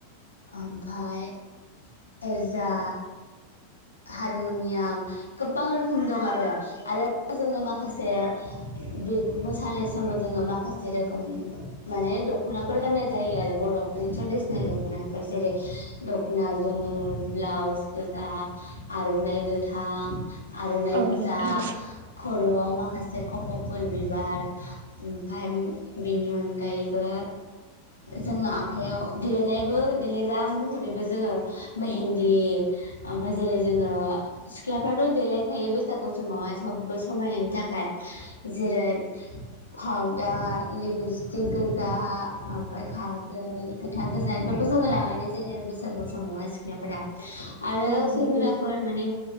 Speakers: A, on the left (about 75°); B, on the right (about 60°).
A: ओमफ्राय सेरजा हारमुनियाम गोबां रोखोम दं आरो आरो जोङो माखासे बे मोसानाय समाव जोङो माखासे रोखोम माने दख'नाफोर गाननाय जायो आरो बरफ <unintelligible> थेरदेसनेल दखनाफोर‌ जेरै दखना गोमो ब्राउस गोदा आर'नाइ गोथां आर'नाइ
B: औ नोंथां औ
A: गोजा
B: नोंथां
A: खर'आव माखासे खफ' फुल बिबार ओमफाय बेनि अनगायैबो जोङो आखाइयाव देलेनायबो देलेग्रा महरैबो जोङो मेहेन्दी ओमफाय जेरै जोङो सिख्लाफ्राथ' देलायखायो बैसागु समावहाय सबबो समायनायनि थाखाय जेरै पावदार लिपस्टिक गोजा ओमफ्राय खाराजो खोथा गोजाथ' जोङो लागायनाय जायो आरो बैसागु समाव सिख्लाफोरा आरो
B: औ नोंथां औ नोंथां
A: सेंग्राफोर माने